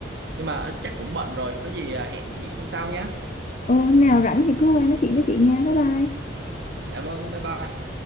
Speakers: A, on the right; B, on the left.
A: nhưng mà ờ, chắc cũng bận rồi có gì ờ, hẹn chị hôm sau nhé
B: ừ, nào rảnh thì cứ qua nói chuyện với chị nha bye bye
A: dạ vâng bye bye